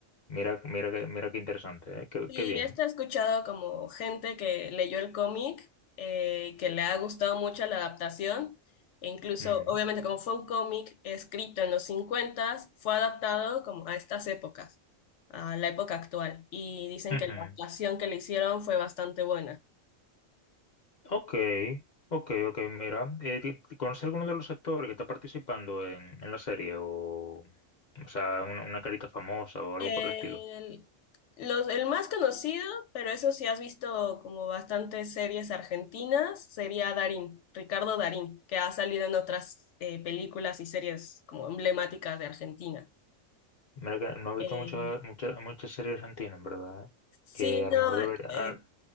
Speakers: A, on the left (about 50°); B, on the left (about 65°).
A: Mira, mira, que- mira qué interesante, ¿eh? Qué,
B: Y
A: qué bien.
B: esto he escuchado como gente que leyó el cómic, eh, que le ha gustado mucho la adaptación, e incluso,
A: Ujú.
B: obviamente, como fue un cómic escrito en los 50, fue adaptado como a estas épocas, a la época actual, y dicen
A: Ujú.
B: que la adaptación que le hicieron fue bastante buena.
A: Ok, ok, ok, mira, eh, ti- ti- ¿conoces alguno de los actores que está participando en, en la serie? O, o sea, una, una carita famosa o algo
B: El,
A: por el estilo.
B: los, el más conocido, pero eso sí has visto como bastantes series argentinas, sería Darín, Ricardo Darín, que ha salido en otras eh, películas y series como emblemáticas de Argentina.
A: Mira que no he visto
B: Eh,
A: muchas muchas muchas series argentinas, en verdad, ¿eh?
B: sí,
A: Que a
B: no,
A: lo mejor debería...
B: eh,
A: ah,